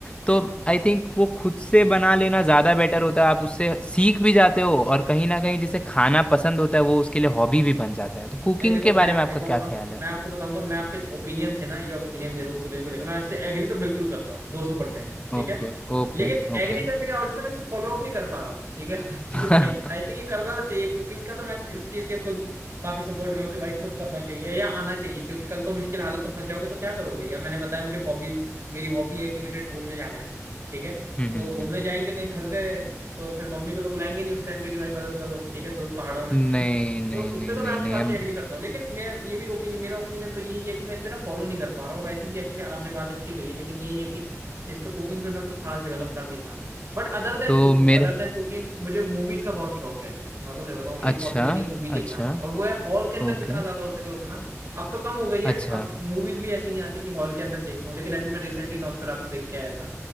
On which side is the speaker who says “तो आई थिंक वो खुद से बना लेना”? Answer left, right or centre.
Left